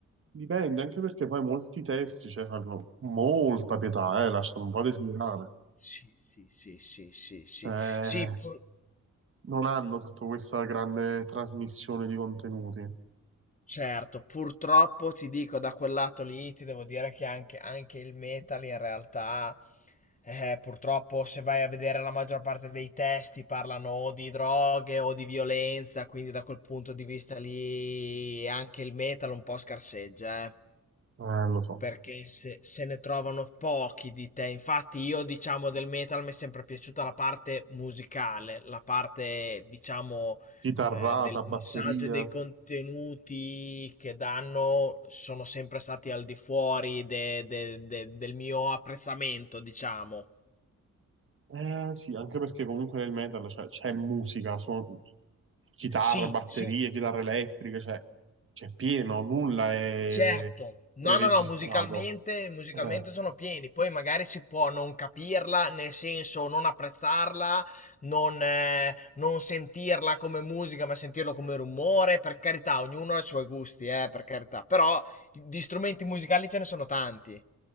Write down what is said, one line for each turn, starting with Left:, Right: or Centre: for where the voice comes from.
Right: dipende, anche perché poi molti testi, cioè, fanno molta pietà, eh, lasciano un po' a desiderare.
Left: Sì, sì, sì, sì, sì, sì,
Right: Cioè,
Left: sì, pur-
Right: non hanno tutta questa grande trasmissione di contenuti.
Left: Certo, purtroppo ti dico da quel lato lì, ti devo dire che anche, anche il metal in realtà, eh, purtroppo se vai a vedere la maggior parte dei testi parlano o di droghe o di violenza, quindi da quel punto di vista lì anche il metal un po' scarseggia, eh
Right: Eh, lo so.
Left: perché se, se ne trovano pochi di te. Infatti, io diciamo del metal mi è sempre piaciuta la parte musicale, la parte diciamo
Right: Chitarrata,
Left: eh, del
Right: batteria.
Left: messaggio e dei contenuti che danno sono sempre stati al di fuori de- de- de- del mio apprezzamento, diciamo.
Right: Eh sì, anche perché comunque nel metal cioè, c'è musica, suon- chitarra,
Left: Sì,
Right: batterie,
Left: sì,
Right: chitarre elettriche, cioè c'è pieno, nulla è
Left: Certo,
Right: preregistrato.
Left: no, no, no, musicalmente, musicalmente
Right: Eh,
Left: sono pieni, poi magari si può non capirla, nel senso non apprezzarla, non, eh, non sentirla come musica, ma sentirlo come rumore, per carità, ognuno ha i suoi gusti, eh, per carità, però di strumenti musicali ce ne sono tanti,